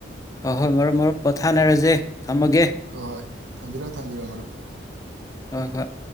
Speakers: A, on the left; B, on the right.
A: ꯑ ꯍꯣꯢ ꯃꯔꯨꯞ ꯃꯔꯨꯞ ꯄꯣꯊꯥꯅꯔꯖꯦ ꯊꯝꯃꯒꯦ
B: ꯍꯣꯏ ꯍꯣꯏ ꯊꯝꯕꯤꯔꯣ ꯊꯝꯕꯤꯔꯣ ꯃꯔꯨꯞ
A: ꯑꯣ ꯍꯣꯢ